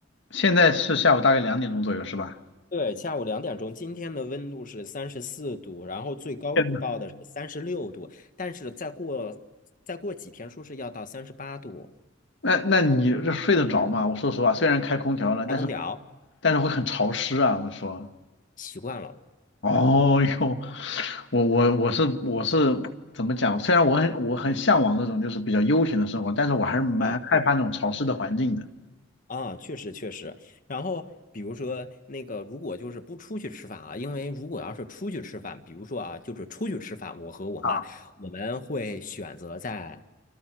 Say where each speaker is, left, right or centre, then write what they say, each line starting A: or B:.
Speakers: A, on the left; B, on the left.
A: 现在是下午大概两点钟左右是吧？
B: 对，下午两点钟，今天的温度是三十四度，然后最高预报的是三十六度，
A: 天呐
B: 但是再过再过几天，说是要到三十八度。
A: 那那你这睡得着吗？我说实话，虽然开空调了，但是
B: 开空调，
A: 但是会很潮湿啊。我说，
B: 习惯了。
A: 哦哟，我我我是我是怎么讲？虽然我很我很向往那种就是比较悠闲的生活，但是我还是蛮害怕那种潮湿的环境的。
B: 啊。啊，确实确实。然后比如说那个，如果就是不出去吃饭啊，因为如果要是出去吃饭，比如说啊，就是出去吃饭，我和我妈我们会选择在
A: 啊。